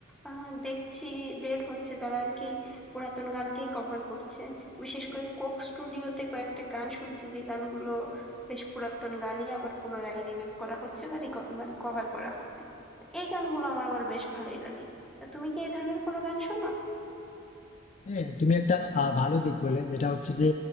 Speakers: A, in the centre; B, on the left (about 35°).
A: আহ, দেখছি বের হচ্ছে যারা আর কি পুরাতন গানকেই কভার করছে বিশেষ করে কোক স্টুডিওতে কয়েকটা গান শুনছি যে গানগুলো বেশ পুরাতন গানই আবার পুনরায় রিমেক করা হচ্ছে বা reco- মানে কভার করা হচ্ছে তো এই গানগুলো আমার আবার বেশ ভালোই লাগে তা তুমি কি এই ধরনের কোনো গান শোনো
B: হ্যাঁ তুমি একটা আহ, ভালো দিক বললে যেটা হচ্ছে যে